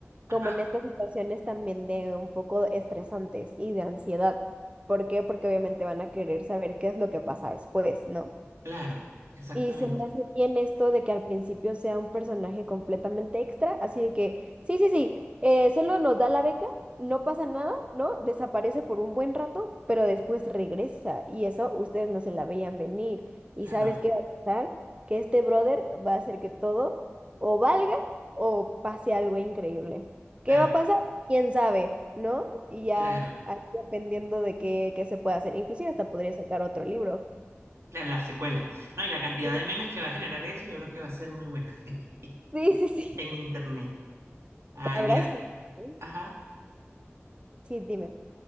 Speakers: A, on the right; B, on the right.
A: como
B: ajá,
A: en estas situaciones también de un poco estresantes y de ansiedad. ¿Por qué? Porque obviamente van a querer saber qué es lo que pasa después, ¿no?
B: claro, exactamente.
A: Y se me hace bien esto de que al principio sea un personaje completamente extra, así de que, sí, sí, sí, eh, solo nos da la beca, no pasa nada, ¿no? Desaparece por un buen rato, pero después regresa y eso ustedes no se la veían venir. ¿Y
B: Claro,
A: sabes qué va a pasar? Que este brother va a hacer que todo o valga o pase algo increíble. ¿Qué
B: claro,
A: va a pasar? ¿Quién sabe? ¿No? Y ya
B: claro.
A: ahí dependiendo de qué, qué se pueda hacer. Inclusive hasta podría sacar otro libro.
B: Claro, la secuela. No, y la cantidad
A: Sí,
B: de memes que va a generar eso, yo creo que va a ser muy buena
A: sí, sí.
B: <laughs>
A: sí.
B: en internet. Ay,
A: La verdad
B: mira,
A: es que sí,
B: ajá.
A: Sí, dime.